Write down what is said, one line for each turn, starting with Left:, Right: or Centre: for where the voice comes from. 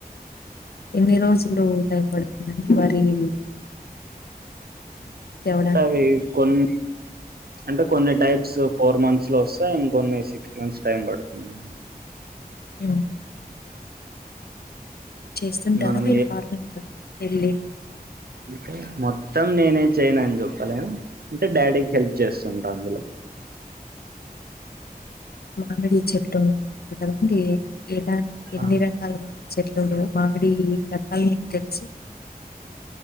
Left: ఎన్ని రోజులు టైం పడుతుందండి వరి <inaudible> అవ్వడానికి
Right: అంటే అవి కొన్ అంటే కొన్ని టైప్స్ ఫోర్ మంత్స్ లో వస్తాయి ఇంకొన్ని సిక్స్ మంత్స్ టైమ్ పడుతుంది
Left: హ్మ్ చేస్తుంటారా
Right: మనం
Left: మీరు ఫార్మింగ్ లో వెళ్ళి
Right: టే మొత్తం నేనే చేయనా అని చెప్పలేను అంటే డాడీకి హెల్ప్ చేస్తుంటా అందులో
Left: మామిడి చెట్టు ఉంది కదండీ వ ఎలా ఎన్ని
Right: ఆ
Left: రకాల చెట్టులు మామిడి రకాలు మీకు తెలుసు